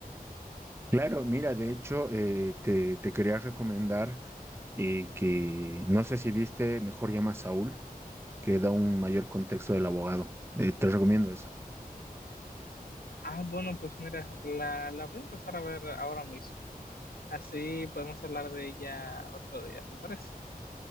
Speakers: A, on the right (about 15°); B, on the left (about 75°).
A: Claro, mira, de hecho, eh, te, te quería recomendar eh, que, no sé si viste, mejor llama a Saúl, que da un mayor contexto del abogado. Eh, te recomiendo eso.
B: Ah, bueno, pues mira, la, la voy a empezar a ver ahora mismo. Así podemos hablar de ella otro día, ¿te parece?